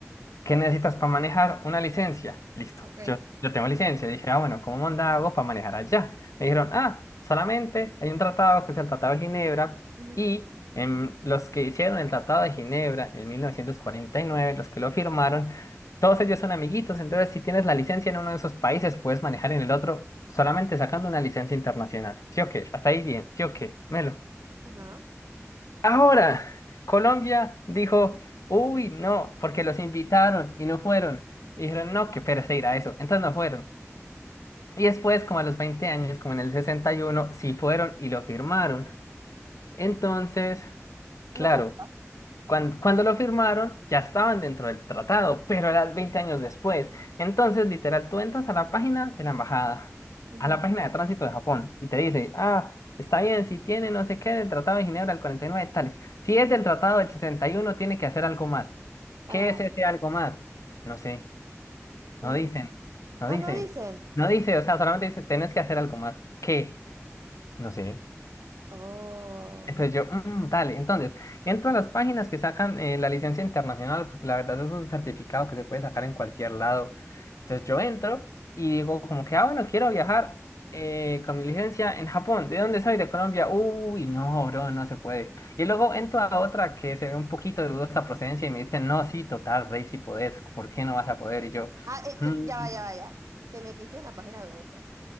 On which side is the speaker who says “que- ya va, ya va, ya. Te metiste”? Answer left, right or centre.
Right